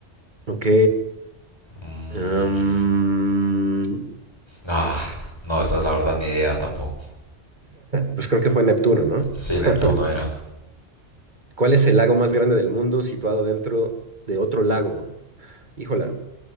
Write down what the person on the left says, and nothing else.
Mm,
ah, no, esa es la verdad ni idea tampoco.
Sí,
Neptuno era.